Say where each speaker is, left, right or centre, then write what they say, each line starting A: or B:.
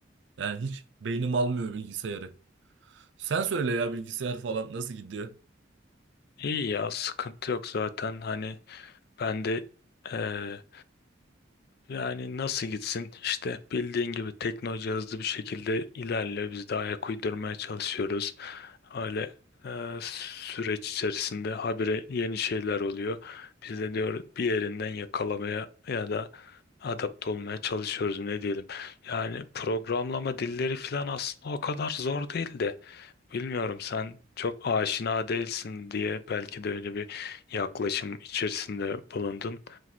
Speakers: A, on the right; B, on the left.
A: Yani hiç beynim almıyor bilgisayarı. Sen söyle ya bilgisayar falan nasıl gidiyor?
B: İyi ya sıkıntı yok zaten. Hani ben de eee, yani nasıl gitsin? işte bildiğin gibi teknoloji hızlı bir şekilde ilerliyor. Biz de ayak uydurmaya çalışıyoruz. Öyle e, süreç içerisinde habire yeni şeyler oluyor. Biz de diyor bir yerinden yakalamaya ya da adapte olmaya çalışıyoruz ne diyelim. Yani programlama dilleri falan aslında o kadar zor değil de bilmiyorum sen çok aşina değilsin diye belki de öyle bir yaklaşım içerisinde bulundun.